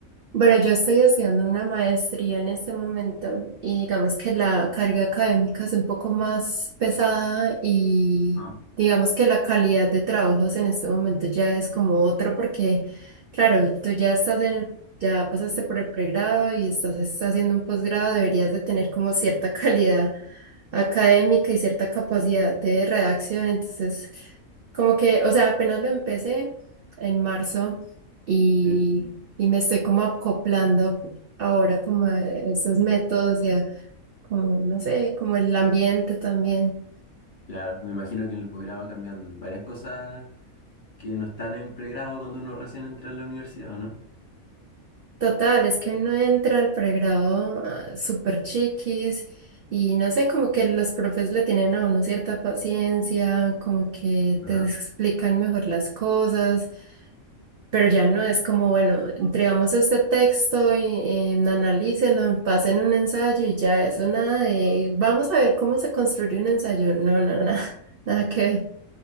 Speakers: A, on the right; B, on the left.
A: Bueno, yo estoy haciendo una maestría en este momento y digamos que la carga académica es un poco más pesada y
B: Ah,
A: digamos que la calidad de trabajos en este momento ya es como otro porque, claro, tú ya estás en el- ya pasaste por el pregrado y estás, estás haciendo un posgrado, deberías de tener como cierta <laughs> calidad académica y cierta capacidad de redacción, entonces como que, o sea, apenas lo empecé en marzo. Y
B: sí.
A: y me estoy como acoplando ahora como a esos métodos y a como, no sé, como el ambiente también.
B: Claro, me imagino que en el posgrado cambian varias cosas que no están en pregrado cuando uno recién entra a la universidad, ¿o no?
A: Total, es que uno entra al pregrado ah, súper chiquis y no sé, como que los profes le tienen a uno cierta paciencia, como que
B: Ajá.
A: te explican mejor las cosas. Pero ya no es como, bueno, entregamos este texto y eh, analícelo, pasen un ensayo y ya eso, nada de, vamos a ver cómo se construye un ensayo. No, no, nada, <laughs> nada que ver.